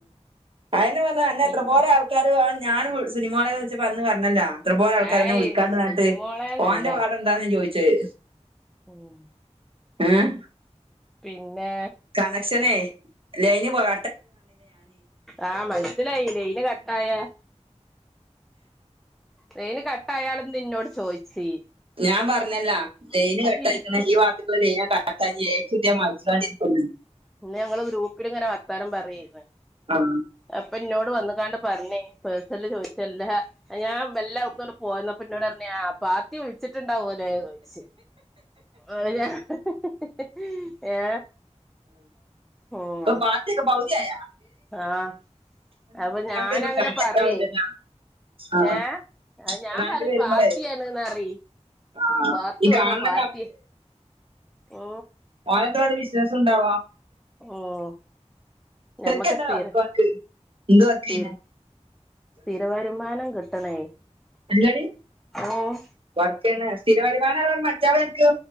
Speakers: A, on the right; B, in the centre.
A: അന് വന്നാ അന്നെ
B: നിഹ
A: എത്ര പോരാ ആൾക്കാര് ഞാൻ സിനിമോളെ എന്ന് വിളിച്ചപ്പോ അന്ന് വന്നല്ലോ എത്രപോലെ ആൾക്കാര്
B: ഏയ്
A: എന്നെ വിളിക്കാണ്ട് വന്നിട്ട്
B: സുനിമോളേന്നല്ല
A: ഓന്റെ പാടം എന്താ ഞാൻ ചോദിച്ചത്
B: ഉം
A: ഏഹ്
B: പിന്നെ
A: കണക്ഷനേ ലൈന് പോക
B: ആഹ് മനസ്സിലായിനെ ലൈന് കട്ടായ ലൈന് കട്ടായാളന്ന് നിന്നോട് ചോദിച്ചി
A: ഞാൻ പറഞ്ഞല്ലാ ലൈന് കെട്ടയക്കുന്ന
B: ഇൻക്ക്
A: ഈ വാർഡിക്കുള്ള ലൈന കട്ടായിക്കണഏച്ച് കെട്ടിയ മൊയിച്ചു ങ്ങാണ്ടിരിക്കും
B: ഇന്ന ഞങ്ങള് ഗ്രൂപ്പിൽ ഇങ്ങനെ വർത്താനം പറയായിരുന്നു
A: ആം
B: അപ്പൊ ഇന്നോട് വന്ന കാണ്ട് പറഞ്ഞേ പേഴ്സല് ചോദിച്ചല്ല ഞാൻ വെല്ലെ അവടെന്ന്പോന്നപ്പോ ഇന്നോട് പറഞ്ഞെ പാത്തി വിളിച്ചിട്ടുണ്ടാവോ ലേ ചോയിച്ച് ഓല ഹ ഹഹ ഏ ഉം
A: ഉ പാത്തിക്കെ പൗതി ആയ
B: ആഹ് അപ്പൊ ഞാന
A: വരുമ്പോ
B: അങ്ങനെ
A: കാണാതിരിക്കാൻ
B: പറയേ
A: പറ്റില്ല ആഹ്
B: ഏഹ് അയ്ഞാൻ
A: കുത്തനാൾക്ക്
B: പറയേ
A: വരുമ്പളേ
B: പാത്തിയാണ് പറി
A: ആഹ്
B: പാത്തു
A: ഈ കാണണല്ലോ
B: ആണേ പാത്തി ഓ
A: ഓനന്താവടെബിസിനസ് ഉണ്ടാവാ
B: ഉം
A: ശെർക്ക്എന്താ
B: ഞമ്മക്ക് സ്ഥിര
A: വർക്ക് ഒന്ക്ക് എന്ത് വർക്ക്
B: സ്ഥിര
A: ചെയ്യനെ
B: സ്ഥിര വരുമാനം കിട്ടണേ
A: എന്താടി
B: ഉം
A: വർ ക്കാണ്സ്ഥിര വരുമാനം മറ്റെ ആള് അനക്ക്